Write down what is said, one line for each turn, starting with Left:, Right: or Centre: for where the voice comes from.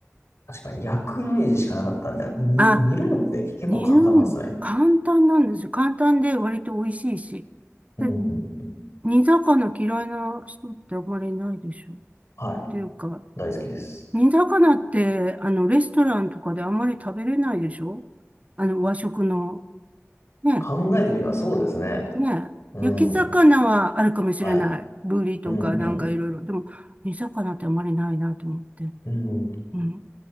Left: 確かに焼くイメージしかなかったんで、に煮るのって結構簡単なんですね。
Right: あ、あ、煮るん、簡単なんですよ。簡単で割と美味しいし。
Left: うんうん。
Right: で、煮魚嫌いな人ってあまりいないでしょ。っ
Left: はい。
Right: ていうか、
Left: 大好きです。
Right: 煮魚って、あの、レストランとかであんまり食べれないでしょあの、和食の。ね、
Left: 考えてみればそうですね。
Right: ね。
Left: うん。
Right: 焼き魚はあるかもしれない。
Left: はい。
Right: ブリとかなんかいろいろ。
Left: うん、う
Right: でも、煮魚ってあんまりないなと思って。
Left: ん、うん。
Right: うん。